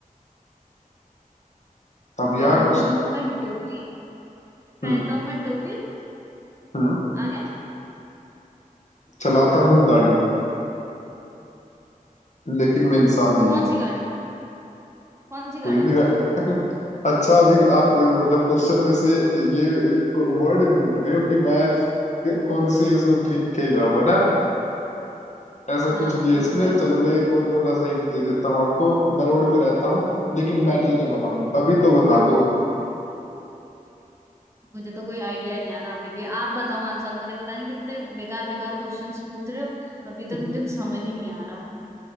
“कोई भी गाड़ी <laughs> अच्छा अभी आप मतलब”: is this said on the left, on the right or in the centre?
Left